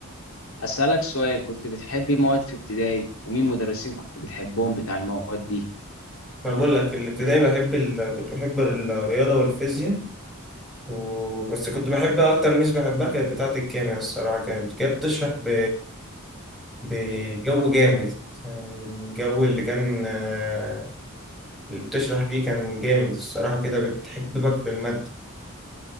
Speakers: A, on the left (about 70°); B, in the centre.
A: اسالك سؤال كنت بتحبي مواد في ابتدائي ومين مدرسين كنت بتحبهم بتاع المواد دي
B: ما بقول لك في الابتدائي بحب ال... كنت بحب الرياضة والفيزياء و... بس كنت بحب أكتر ميس بحبها كانت بتاعة الكيمياء الصراحة كانت كانت بتشرح ب... بجو جامد يعني الجو اللي كان آه، اللي بتشرح فيه كان جامد الصراحة كده بتحببك في المادة